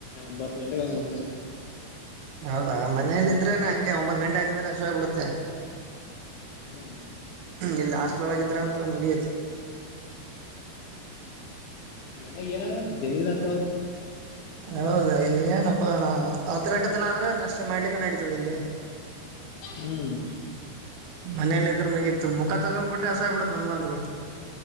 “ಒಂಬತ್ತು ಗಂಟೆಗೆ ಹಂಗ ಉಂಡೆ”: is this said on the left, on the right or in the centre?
Left